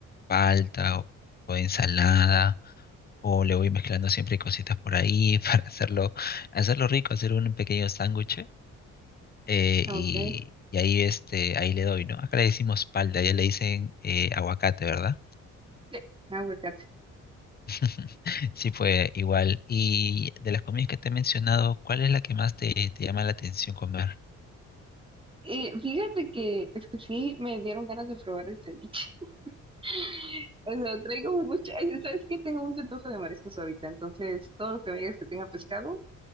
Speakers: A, on the left (about 30°); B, on the right (about 15°).
A: palta o, o ensalada, o le voy mezclando siempre cositas por ahí <laughs> para hacerlo, hacerlo rico, hacer un pequeño sándwich, eh,
B: Ok.
A: y, y ahí este, ahí le doy, ¿no? Acá le decimos palta, ya le dicen eh, aguacate, ¿verdad?
B: Sí, aguacate.
A: <laughs> Sí, fue igual. Y de las comidas que te he mencionado, ¿cuál es la que más te, te llama la atención comer?
B: Eh, fíjate que es que sí me dieron ganas de probar el ceviche. <laughs> O sea, traigo mucha, ay, sabes que tengo mucho antojo de mariscos ahorita, entonces todo lo que me digas que tenga pescado,